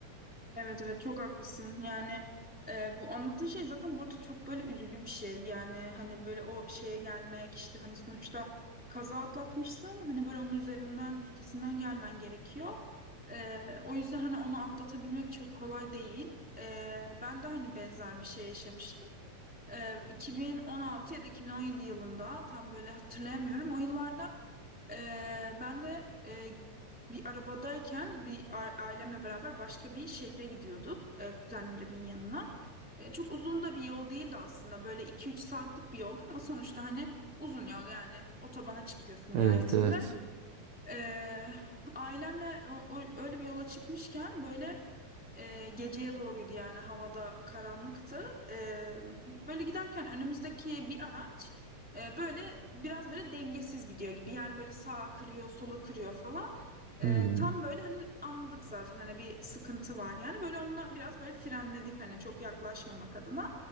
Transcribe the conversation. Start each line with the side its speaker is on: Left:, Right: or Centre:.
Centre: Evet evet çok haklısın. Yani e, bu anlattığın şey zaten burada çok böyle üzücü bir şey. Yani hani böyle o şeye gelmek işte hani sonuçta kaza atlatmışsın. Hani böyle onun üzerinden üstesinden gelmen gerekiyor. E, o yüzden hani onu atlatabilmek çok kolay değil. E, ben de hani benzer bir şey yaşamıştım. E, 2016 ya da 2017 yılında tam böyle hatırlayamıyorum. O yıllarda ee, ben de e, bir arabadayken bir a- ailemle beraber başka bir şehre gidiyorduk e, kuzenlerimin yanına. E, çok uzun da bir yol değildi aslında böyle iki üç saatlik bir yoldu ama sonuçta hani uzun yol yani otobana çıkıyorsun
Right: Evet
Centre: nihayetinde.
Right: evet.
Centre: Ee, ailemle o, o- öyle bir yola çıkmışken böyle e, geceye doğruydu yani havada karanlıktı. E, böyle giderken önümüzdeki bir araç e, böyle biraz böyle dengesiz gidiyor gibi. Yani böyle sağa kırıyor, sola kırıyor falan.
Right: Hmm,
Centre: E, tam böyle hani anladık zaten hani bir sıkıntı var. Yani böyle onunla biraz böyle frenledik hani çok yaklaşmamak adına.